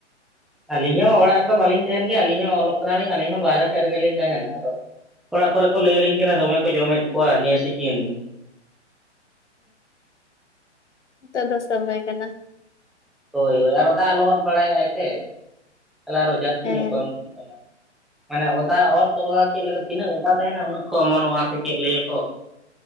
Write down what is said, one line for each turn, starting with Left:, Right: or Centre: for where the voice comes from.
Centre: <unintelligible> ᱟᱹᱞᱤᱧ ᱦᱚᱸ ᱚᱲᱟᱜ ᱨᱮᱫᱚ ᱵᱟᱹᱞᱤᱧ ᱛᱟᱦᱮᱱ ᱜᱮᱭᱟ ᱟᱹᱞᱤᱧ ᱦᱚᱸ ᱚᱞᱚᱜ ᱠᱟᱱᱟᱞᱤᱧ ᱟᱹᱞᱤᱧ ᱦᱚᱸ ᱵᱟᱦᱨᱮ ᱥᱮᱫ ᱨᱮᱜᱮ ᱞᱤᱧ ᱛᱟᱦᱮᱱᱟ ᱟᱫᱚ ᱚᱲᱟᱜ ᱠᱚᱨᱮ ᱠᱚ ᱞᱟᱹᱭ ᱟᱹᱞᱤᱧ ᱠᱟᱱᱟ ᱫᱚᱢᱮ ᱠᱚ ᱡᱚᱢᱮᱫ ᱠᱚᱣᱟ ᱱᱤᱭᱟᱹ ᱥᱤᱡᱤᱱ
Left: ᱦᱮᱸ ᱫᱚ ᱥᱚᱢᱚᱭ ᱠᱟᱱᱟ᱾
Centre: ᱦᱳᱭ ᱦᱳᱭ ᱟᱨᱚ ᱫᱟᱜ ᱞᱚᱦᱚᱫ ᱵᱟᱲᱟᱭᱮᱫᱼᱟᱭ ᱥᱮ ᱛᱟᱦᱚᱞᱮ ᱟᱨᱚ ᱡᱟᱹᱥᱛᱤ
Left: ᱦᱮᱸ
Centre: ᱧᱚᱜ ᱠᱚ ᱮᱢ ᱠᱟᱱᱟ᱾ ᱢᱟᱱᱮ ᱚᱫᱟ ᱚᱛ ᱪᱮᱫ ᱞᱮᱠᱟ ᱛᱤᱱᱟᱹᱜ ᱚᱫᱟ ᱛᱟᱦᱮᱱᱟ ᱩᱱᱟᱹᱜ ᱠᱚ ᱚᱢᱚᱱᱚᱜᱼᱟ᱾ ᱥᱮ ᱪᱮᱫ ᱞᱟᱹᱭᱟ ᱠᱚ?